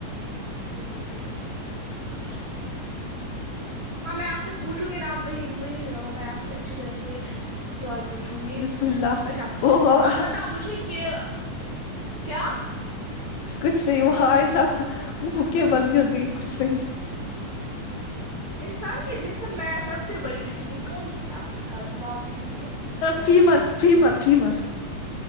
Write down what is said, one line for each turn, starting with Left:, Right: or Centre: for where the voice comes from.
Right: اوکے روبٹ ففٹی کوشنس ہاں میں آپ سے پوچھوں گی نا آپ وہی وہی رہو میں آپ سے اچھی طرح سے سوال پوچھوں گی
Left: بسم اللہ
Right: اچھا
Left: وہ
Right: آپ بتاؤ مجھے کہ کیا
Left: کچھ نہیں وہ ائزہ منہ کےبل گر گئی کچھ نہیں
Right: انسان کے جسم میں ایسا سب سے بڑی ہڈی کون سی آپ اس کا جواب دیجیے
Left: فیمر فیمر فیمر